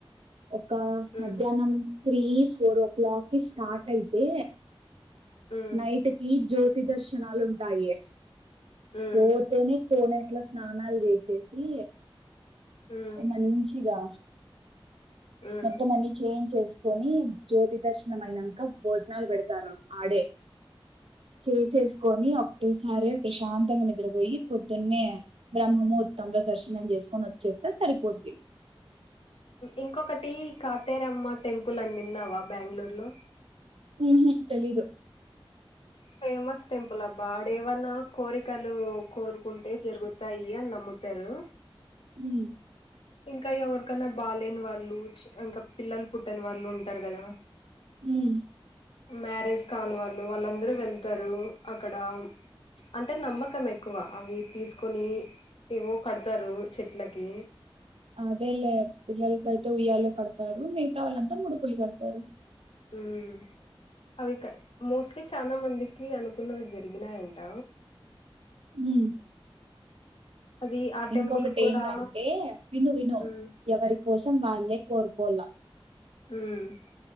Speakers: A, on the right; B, on the left.
A: ఒక
B: ఉమ్
A: మధ్యానం త్రీ ఫోర్ ఓ క్లాక్కిి స్టార్ట్ అయితే
B: ఉమ్
A: నైట్ కి జో తి దర్శనాలు ఉంటాయి.
B: ఉమ్
A: పో తేనే కోనేట్లో స్నానాలు చేసేసి.
B: ఉమ్
A: మంచిగా
B: ఉమ్
A: మొత్తం అన్ని చేయించేస్ కొని జ్యోతి దర్శనం అయినంక భోజనాలు పెడతారు ఆడే. చేసేసుకొని అప్ <unintelligible> ప్రశాంతంగా నిద్రపోయి పొద్దున్నే బ్రహ్మ ముహూర్తంలో దర్శనం చేసుకొని వచ్చేస్తే సరిపోద్ది.
B: ఇంకొకటి కాటేరమ్మ టెంపుల్ అన్ని విన్నావా బెంగళూరులో.
A: హు హు తెలీదు
B: ఫేమస్ టెంపుల్ అబ్బా ఆడేవన్నా కోరికలు కోరుకుంటే జరుగుతాయి అని నమ్ముతరు.
A: హ్మ్
B: ఇంకా ఎవరు కన్నా బాలేని వాళ్ళు ఇంకా పిల్లలు పుట్టనీ వాళ్ళు ఉంటారు కదా.
A: హ్మ్
B: మ్యారేజ్ కాని వాళ్ళు వాళ్ళందరూ వెళ్తారు. అక్కడ అంటే నమ్మకం ఎక్కువ అవి తీసుకొని. ఏవో కడతారు చెట్లకి.
A: అదేలే పిల్లలకైతే ఉయ్యాలో కడతారు. మిగతా వాళ్ళంతా ముడుపూలు కడతారు.
B: హ్మ్ అవిక మోస్ట్లీ చాలా మందికి అనుకున్నవి జరిగినాయంట.
A: హ్మ్
B: అది ఆ
A: ఇంకొకటి
B: టెంపుల్ కూడా
A: ఏంటంటే విను విను
B: ఉమ్
A: ఎవరి కోసం వాళ్ళే కోరుకొల్ల
B: హ్మ్